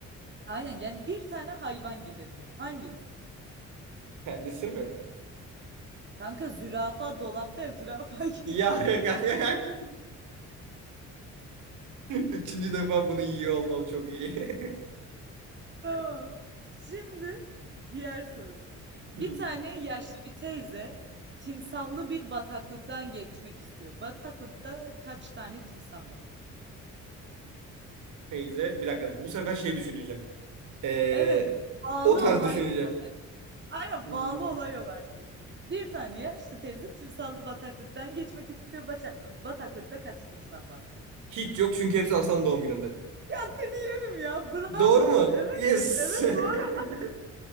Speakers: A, on the right; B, on the right.
A: Aynen yani bir tane hayvan gidemiyor. Hangisi?
B: <laughs> Kendisi mi?
A: Kanka zürafa dolapta ya zürafa <laughs> gidiyor.
B: Ya <laughs> kanka. Üçüncü defa bunu yiyor olmam çok iyi. <laughs>
A: Tamam. Şimdi diğer soru. Bir
B: Hı,
A: tane yaşlı bir teyze timsahlı bir bataklıktan geçmek istiyor. Bataklıkta kaç tane timsah var?
B: Teyze. Bir dakika. Bu sefer şey düşüneceğim. Ee,
A: Evet, bağlı
B: o tarz
A: olay.
B: düşüneceğim.
A: Aynen
B: Hmm.
A: bağlı olay olarak düşün. Bir tane yaşlı teyze timsahlı bataklıktan geçmek istiyor. Baça- bataklıkta kaç timsah var?
B: Hiç yok çünkü hepsi Aslan doğum gününde.
A: Ya seni yerim ya. Bravo.
B: Doğru mu?
A: Evet.
B: Yes.
A: Evet
B: <laughs>
A: doğru.